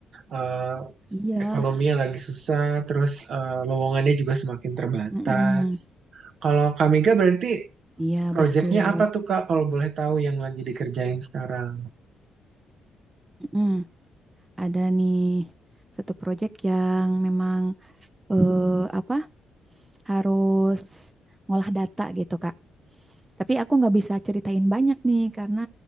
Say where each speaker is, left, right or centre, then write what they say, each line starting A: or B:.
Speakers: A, on the right (about 55°); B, on the right (about 20°).
A: eh
B: Iya,
A: ekonominya lagi susah, terus eh, lowongannya juga semakin terbatas.
B: Mm-mm.
A: Kalau Kak Mega berarti
B: Iya
A: Proyeknya
B: betul.
A: apa tuh Kak, kalau boleh tahu yang lagi dikerjain sekarang?
B: Mm-mm. Ada nih satu proyek yang memang eh, apa harus ngolah data gitu Kak. Tapi aku nggak bisa ceritain banyak nih karena